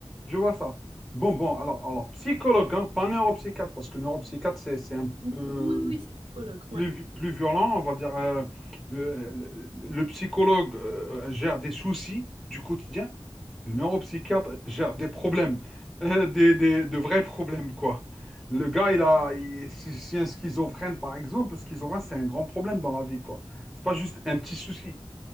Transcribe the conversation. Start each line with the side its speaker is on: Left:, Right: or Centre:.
Centre: je vois ça. Bon, bon, alors, alors psychologue, hein, pas neuropsychiatre, parce que neuropsychiatre, c'est, c'est un
Right: Oui,
Centre: peu
Right: oui, oui, c'est psychologue.
Centre: plus,
Right: Ouais,
Centre: plus violent, on va dire. euh, le, le- le psychologue euh, gère des soucis du quotidien, Le neuropsychiatre gère des problèmes, euh, des, des- de vrais problèmes, quoi. Le gars, il a, il- si, si un schizophrène, par exemple, le schizophrène, c'est un grand problème dans la vie, quoi. C'est pas juste un petit souci.